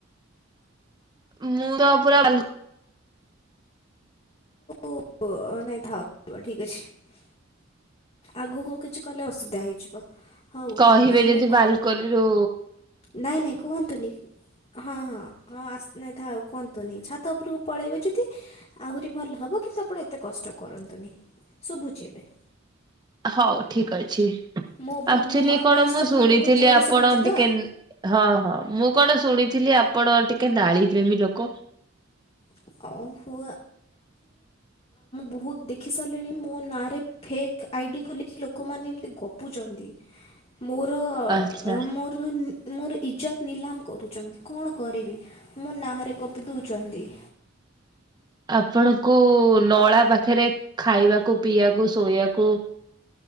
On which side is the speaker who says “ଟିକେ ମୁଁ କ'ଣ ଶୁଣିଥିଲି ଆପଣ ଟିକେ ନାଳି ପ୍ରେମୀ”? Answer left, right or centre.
Right